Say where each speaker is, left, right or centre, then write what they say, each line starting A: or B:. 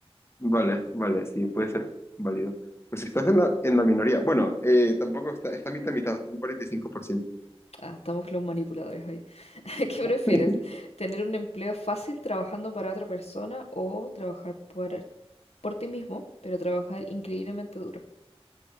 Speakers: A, on the left; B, on the left.
A: vale, vale, sí, puede ser válido. Pues si estás en la, en la minoría. Bueno, eh, tampoco está, está mitad, mitad, un 45%.
B: Ah, estamos los manipuladores ahí. <laughs> ¿Qué prefieres?
A: <laughs>
B: ¿Tener un empleo fácil trabajando para otra persona o trabajar por, por ti mismo, pero trabajar increíblemente duro?